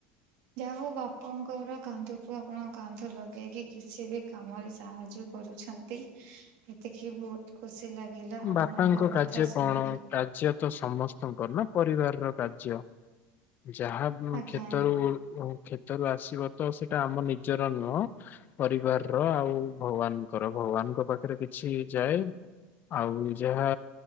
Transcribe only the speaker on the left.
ବାପାଙ୍କ କାର୍ଯ୍ୟ
କଣ କାର୍ଯ୍ୟ ତ ସମସ୍ତଙ୍କର ନା ପରିବାର ର କାର୍ଯ୍ୟ। ଯାହା କ୍ଷେତରୁ
କ୍ଷେତରୁ ଆସିବ ତ ସେଇଟା ଆମ ନିଜର ନୁହଁ। ପରିବାର ର ଆଉ ଭଗବାନଙ୍କର। ଭଗବାନଙ୍କ ପାଖରେ କିଛି ଯାଏ। ଆଉ ଯାହା